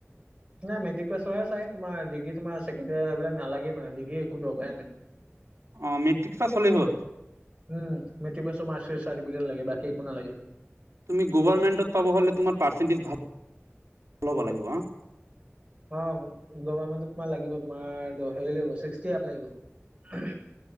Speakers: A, on the right; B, on the right.
A: নাই মেট্ৰিক পছৰ হে চাই তোমাৰ দিগ্ৰী তোমাৰ ছেকেডয়াৰ এইবিলাক নালাগে মানে ডিগ্ৰী একো দৰকাৰেই নাই।
B: অ মেট্ৰিক পাছ হ'লেই হ'ল।
A: উম মেট্ৰিক পাছৰ মাৰ্কশ্বিট চাৰ্টিফিকেট লাগে বাকী একো নালাগে।
B: তুমি গভাৰমেন্টত পাব হ'লে তোমাৰ পাৰ্চেন্টেজ ভাল হ'ব লাগিব হা।
A: অ গভমেণ্টত তোমাৰ লাগিব তোমাৰ হেৰি লাগিব ছিক্সটি আপ লাগিব।